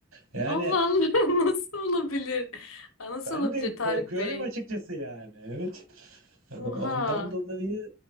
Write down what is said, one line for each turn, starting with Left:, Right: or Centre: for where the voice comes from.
Right: Yani
Left: Allah Allah <laughs> nasıl olabilir? Nasıl
Right: ben
Left: olabilir
Right: de korkuyorum
Left: Tarık Bey?
Right: açıkçası yani. Evet. Ondan
Left: Oha.
Right: dolayı